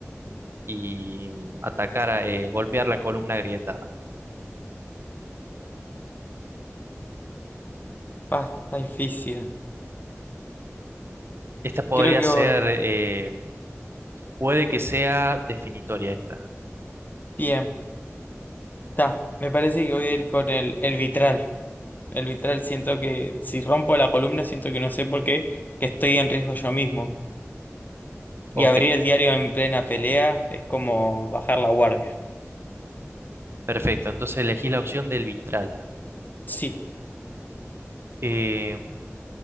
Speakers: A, on the right; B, on the left.
A: y mm, atacar, eh, golpear la columna agrietada.
B: Basta, está difícil.
A: Esta podría
B: Creo que
A: ser,
B: voy-
A: eh, puede que sea definitoria esta.
B: bien, está, me parece que voy a ir con el, el vitral. El vitral siento que si rompo la columna, siento que no sé por qué, que estoy en riesgo yo mismo.
A: Ok,
B: Y abrir el diario en plena pelea es como bajar la guardia. <laughs>
A: perfecto. Entonces elegí la opción del vitral.
B: Sí.
A: Eh,